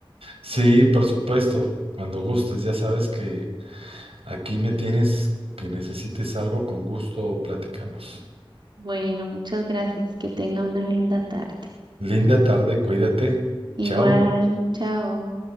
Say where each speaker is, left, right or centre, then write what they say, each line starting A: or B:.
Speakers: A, on the right (about 80°); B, on the right (about 50°).
A: sí, por supuesto. Cuando gustes, ya sabes que aquí me tienes, que necesites algo, con gusto platicamos.
B: Bueno, muchas gracias. Que tenga una linda tarde.
A: Linda tarde, cuídate.
B: Igual,
A: Chao.
B: chao.